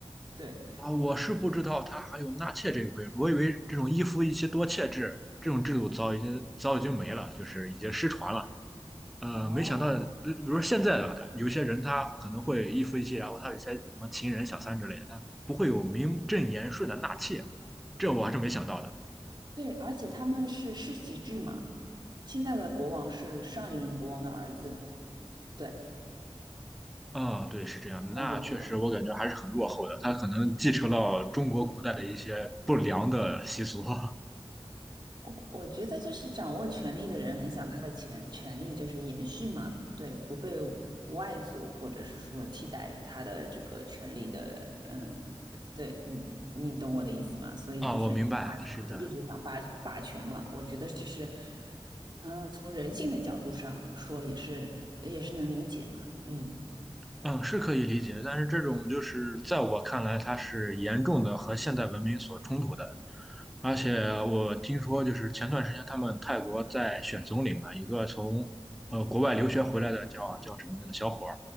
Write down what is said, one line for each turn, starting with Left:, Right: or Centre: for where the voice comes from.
Right: 对，
Centre: 啊，我是不知道他还有纳妾这一回，我以为这种一夫一妻多妾制这种制度早已经早已经没了，就是已经失传了。呃，
Right: 哦，
Centre: 没想到，呃比如说现在的有些人他可能会一夫一妻，然后他有些什么情人小三之类的，他不会有名正言顺的纳妾，这我还是没想到的。
Right: 对，而且他们是世袭制嘛，现在的国王是上一任国王的儿子。对，
Centre: 啊、对，是这样的那确实，
Right: 了解过吗？
Centre: 我感觉还是很落后的。它可能继承了中国古代的一些不良的习俗 <laughs>
Right: 我我觉得就是掌握权力的人很想他的权权力就是延续嘛，对，不被外族或者是说替代他的这个权利的，嗯，对你你懂我的意思吗？所以就是霸权者一直想霸霸权嘛，
Centre: 啊。我明白了是的，
Right: 我觉得这是，嗯、从人性的角度上说也是也是能理解嘛，嗯。
Centre: 嗯，是可以理解。但是这种就是在我看来，它是严重的和现代文明所冲突的。而且我听说，就是前段时间他们泰国在选总理嘛，有个从呃国外留学回来的叫叫什么那个小伙儿，